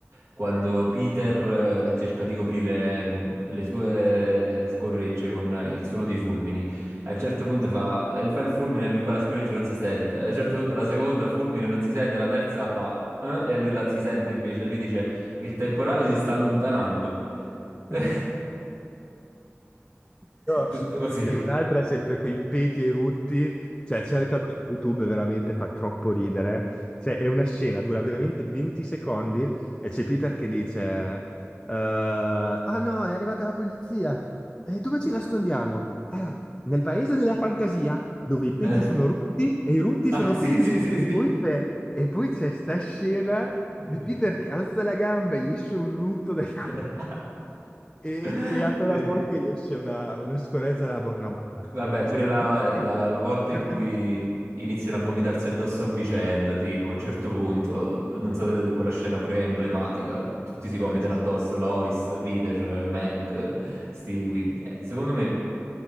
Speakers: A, on the right; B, on the left.
A: quando Peter eh, cerca di coprire mm, le sue scorregge con il suono dei fulmini. A un certo punto fa, eh, fa il fulmine e lui fa la scorreggia e non si sente. A un certo punto la seconda fulmine non si sente, la terza fa eh, e lui la, si sente invece. E lui dice: Il temporale si sta allontanando.
B: <laughs>
A: <laughs>
B: No,
A: Tutto
B: se
A: così.
B: non
A: <laughs>
B: altro è sempre coi peti e i rutti, cioè cercalo su YouTube, veramente fa troppo ridere. Cioè, è una scena, dura veramente 20 secondi e c'è Peter che dice: eh, Ah no, è arrivata la polizia. E dove ci nascondiamo? "Ah, nel paese della fantasia, dove i peti
A: Eh.
B: sono rutti e i rutti
A: Ah,
B: sono
A: sì,
B: peti.
A: sì, sì,
B: E
A: sì.
B: poi c'è e poi c'è sta scena
A: <laughs>
B: di Peter che alza la gamba e gli esce un rutto dal culo.
A: <laughs>
B: E, e apre
A: Bellissimo.
B: la bocca e gli esce una, una scorezza dalla bocca. No, ma fa
A: Vabbè,
B: troppo.
A: pure
B: Cioè,
A: la,
B: non scherzo,
A: la- la volta in
B: esattamente.
A: cui iniziano a vomitarsi addosso a vicenda, tipo a un certo punto, non so se quella scena pure è emblematica, tutti si vomitano
B: No, ci
A: addosso, Lois, Peter, Meg, Stewie. Eh, secondo me,